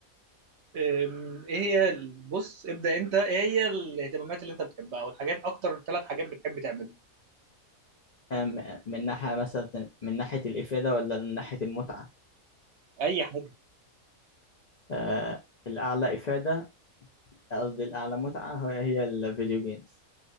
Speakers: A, on the right (about 60°); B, on the left (about 65°).
A: إيه؟ أم، إيه هي ال- بص ابدأ أنت إيه هي الاهتمامات اللي أنت بتحبها والحاجات أكتر ثلاث حاجات بتحب تعملها
B: آه، م- من ناحية مثلا من ناحية الإفادة ولا من ناحية المتعة
A: أي حاجة
B: آه، الأعلى إفادة قصدي الأعلى متعة هي هي الفيديو جيمز